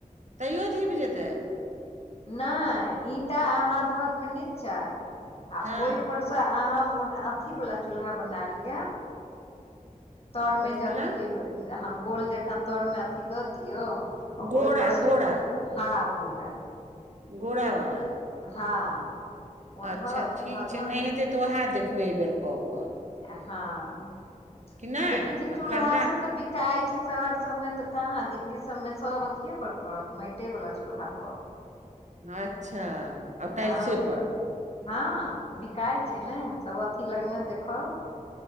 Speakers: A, on the right; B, on the left.
A: तैयो धीप जेतै
B: नहि ईटा अहाँ धऽ देबै नीच्चा आ
A: हँ
B: ओहिप स अहम अथी वाला चूल्हा बना लिअ तरमे
A: कथी
B: जे
A: वला
B: अथी जे हो गोल जकाँ तरमे अथि दऽ दियौ आ
A: गोरा
B: ओहि पर सँ
A: गोरा
B: चू हँ गोड़ा
A: गोड़ा वला
B: हँ ओ
A: अच्छा
B: धऽ
A: ठीक
B: धऽ धऽ
A: छै नहि
B: कऽ
A: हेतै तऽ उएह देखबै एहिबेर कऽ कऽ
B: हँ
A: कि नहि
B: देखे छी चूल्हा
A: आ खरना
B: सब तऽ बी काय छै शहर सब मे तऽ कहाँ दिल्ली सब मे सब अथिये पर करत माइटे वाला चूल्हा पर
A: अच्छा आ टाइल्से
B: हँ
A: पर
B: हँ बिकाय छै ने सभ अथी लगमे देखै